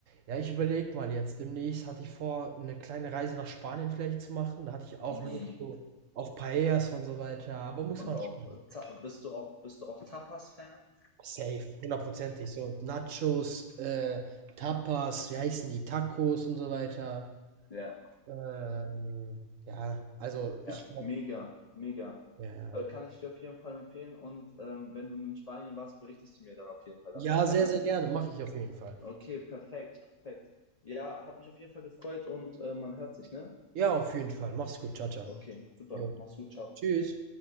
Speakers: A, on the right; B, on the left.
A: Ja, ich überlege mal jetzt. Demnächst hatte ich vor, eine kleine Reise nach Spanien vielleicht zu machen. Da hatte ich auch
B: Mhm.
A: Lust so auf Paellas und so weiter. Aber muss
B: Und
A: man
B: auch,
A: schon
B: äh, Ta- bist du auch, bist du auch Tapas-Fan?
A: safe, hundertprozentig. So Nachos, äh, Tapas, wie heißen die? Tacos und so weiter.
B: Ja,
A: Ähm, ja, also ich
B: ja,
A: glaube,
B: mega, mega.
A: ja, ja.
B: Äh, kann ich dir auf jeden Fall empfehlen und ähm, wenn du in Spanien warst, berichtest du mir dann auf jeden Fall davon,
A: Ja, sehr,
B: ne?
A: sehr gerne. Mache ich auf jeden Fall.
B: Okay, perfekt, perfekt. Ja, hat mich auf jeden Fall gefreut und äh, man hört sich, ne?
A: Ja, auf jeden Fall. Mach's gut. Ciao, ciao.
B: Okay, super,
A: Jo.
B: mach's gut, ciao.
A: Tschüss.